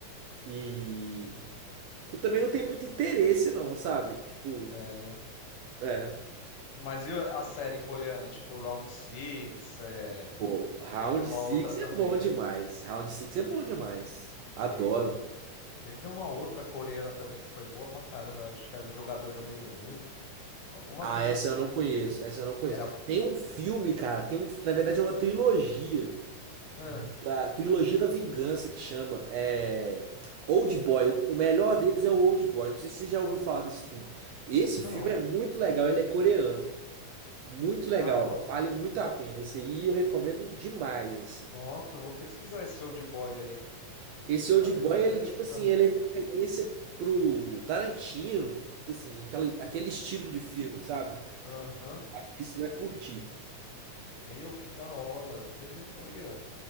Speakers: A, on the right (about 75°); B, on the left (about 65°).
A: e tu também não tem muito interesse, não, sabe? Tipo,
B: É, né?
A: é.
B: Mas e a série coreana, tipo Round Six, é,
A: Pô, Round
B: Teve uma
A: Six
B: outra também,
A: é bom demais. Round Six é bom demais. Adoro.
B: sim. Teve uma outra coreana também que foi boa pra caramba, acho que era o jogador número um. Alguma
A: Ah,
B: coisa
A: essa
B: assim.
A: eu não conheço. Essa eu não conheço.
B: Era.
A: Tem um filme, cara. Tem um, na verdade, é uma trilogia.
B: Ah,
A: Da trilogia da vingança que chama é Old Boy. O o melhor deles é o Old Boy. Não sei se você já ouviu falar desse filme. Esse
B: não.
A: filme é muito legal, ele é coreano. Muito legal,
B: Caramba.
A: vale muito a pena. Esse aí eu recomendo demais, assim.
B: Nossa, eu vou pesquisar esse old boy aí.
A: Esse Old
B: Pareceu
A: Boy, ele,
B: interessante.
A: tipo assim, ele é referência pro Tarantino, tipo assim, aquela, aquele estilo de filme, sabe?
B: Aham.
A: Acho que você vai curtir.
B: Meu, que da hora. Inter... Olha.